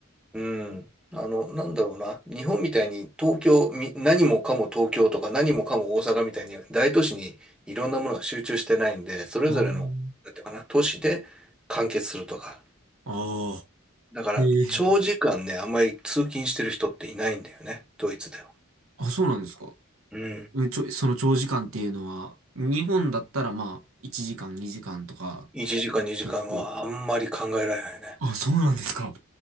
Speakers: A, in the centre; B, on the right (about 75°).
A: うん。あの、なんだろうな。日本みたいに東京、み何もかも東京とか何もかも大阪みたいに大都市にいろんなものが集中してないんで、それぞれの、
B: あー
A: なんていうかな、都市で完結するとか。
B: あ
A: だから、
B: ー、ええ。
A: 長時間ね、あんまり通勤してる人っていないんだよね。ドイツでは。
B: あ、そうなんですか。
A: うん。
B: うんちょ、その長時間っていうのは、日本だったらまあ、1時間、2時間とか、
A: 1時間、2時間はあんまり考えられないね。
B: 結構。あ、そうなんですか。